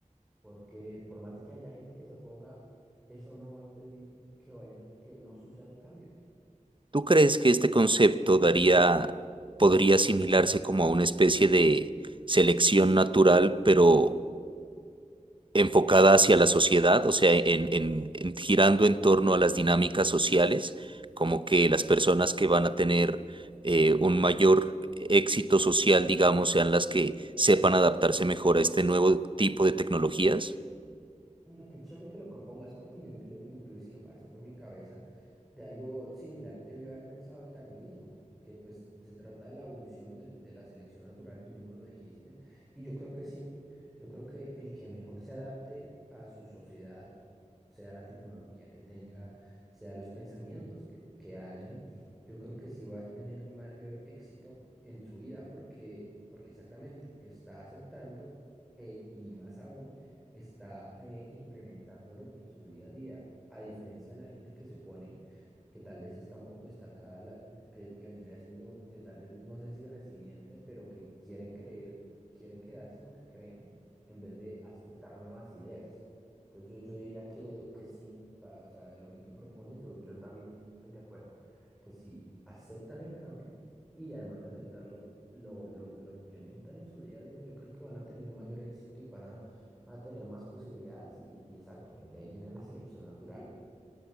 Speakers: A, in the centre; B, on the right.
A: porque por más de que haya gente que se oponga, eso no va a impedir que vayan, que no sucedan cambios.
B: ¿Tú crees que este concepto daría, podría asimilarse como a una especie de selección natural, pero enfocada hacia la sociedad, o sea, en, en- en- girando en torno a las dinámicas sociales, como que las personas que van a tener eh, un mayor éxito social, digamos, sean las que sepan adaptarse mejor a este nuevo tipo de tecnologías?
A: Mira, qué chévere que lo propongas porque yo inclu- inclusive pasó por mi cabeza de algo similar, debió haber pensado el darwinismo, que pues se trata de la evolución del- de la selección natural, tú mismo lo dijiste, y yo creo que sí, yo creo que el que mejor se adapte a su sociedad, sea la tecnología que tenga, sea los pensamientos que, que hayan, yo creo que sí va a tener mayor éxito en su vida porque, porque exactamente está aceptando. e- y más aún está eh, implementándolo en su día a día, a diferencia de la gente que se opone que tal vez está un poco estancada, la- de- que, que vendría siendo eh, tal vez, no sé si resiliente, pero que quieren creer, quieren quedarse en lo que creen en vez de aceptar nuevas ideas. Entonces yo, yo diría que, que sí, para, o sea, lo que tú propones, yo, yo también estoy de acuerdo, que si aceptan el cambio y además de aceptarlo, lo, lo, lo implementan en su día a día, yo creo que van a tener mayor éxito y van a, van a tener más posibilidades y, y exacto, ahí- de ahí viene la selección natural.